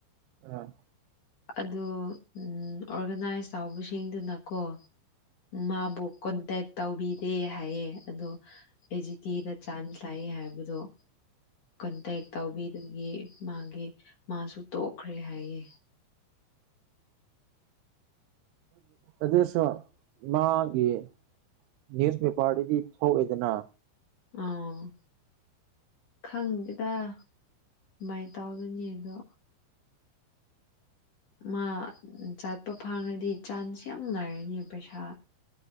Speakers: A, on the right (about 90°); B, on the left (about 75°).
A: ꯑ <inaudible>
B: ꯑꯗꯨ ꯑꯣꯔꯒꯅꯥꯏꯁ ꯇꯧꯕꯁꯤꯡꯗꯨꯅꯀꯣ ꯃꯥꯕꯨ ꯀꯣꯟꯇꯦꯛ ꯇꯧꯕꯤꯗꯦ ꯍꯥꯏꯌꯦ ꯑꯗꯨ ꯑꯦꯖꯤꯇꯤꯗ ꯆꯥꯟꯁ ꯂꯥꯛꯏ ꯍꯥꯏꯕꯗꯣ ꯀꯟꯇꯦꯛ ꯇꯧꯕꯤꯗꯒꯤ ꯃꯥꯒꯤ ꯃꯥꯁꯨ ꯇꯣꯛꯈ꯭ꯔꯦ ꯍꯥꯏꯌꯦ
A: ꯑꯗꯨꯁꯣ ꯃꯥꯒꯤ ꯅ꯭ꯌꯨꯁꯄꯦꯄꯥꯔꯗꯗꯤ ꯊꯣꯛꯑꯦꯗꯅ
B: ꯑꯝ ꯈꯪꯗꯦꯗ ꯀꯃꯥꯏꯅ ꯇꯧꯗꯣꯏꯅꯤ ꯑꯗꯣ ꯃꯥ ꯆꯥꯠꯄ ꯐꯥꯡꯉꯗꯤ ꯆꯥꯟꯁ ꯌꯥꯝ ꯅꯥꯏꯔꯅꯤ ꯄꯩꯁꯥ꯫